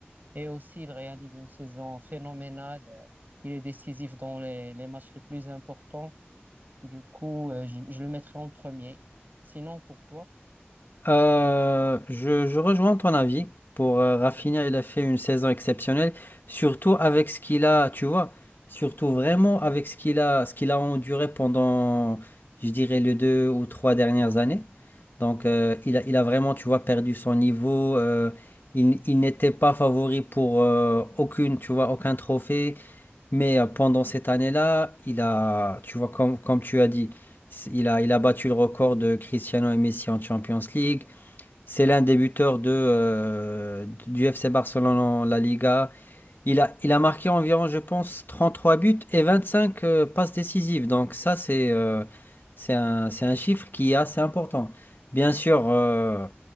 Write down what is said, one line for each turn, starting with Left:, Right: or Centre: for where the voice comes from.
Right: Et aussi, il réalise une saison phénoménale. Euh, Il est décisif dans les, les matchs les plus importants. Du coup, euh, je, je le mettrai en premier. Sinon, pour toi?
Left: Euh, je, je rejoins ton avis. Pour euh, Rafinha, il a fait une saison exceptionnelle, surtout avec ce qu'il a, tu vois, surtout vraiment avec ce qu'il a, ce qu'il a enduré pendant, je dirais, les deux ou trois dernières années. Donc, euh, il a, il a vraiment, tu vois, perdu son niveau. euh, il il n'était pas favori pour euh, aucune, tu vois, aucun trophée. Mais euh, pendant cette année-là, il a, tu vois, comme, comme tu as dit, il a, il a battu le record de Cristiano et Messi en Champions League. C'est l'un des buteurs de, euh, du FC Barcelone en La Liga. Il a, il a marqué environ, je pense, 33 buts et 25 euh, passes décisives. Donc ça, c'est euh, c'est un, c'est un chiffre qui est assez important. Bien sûr, euh,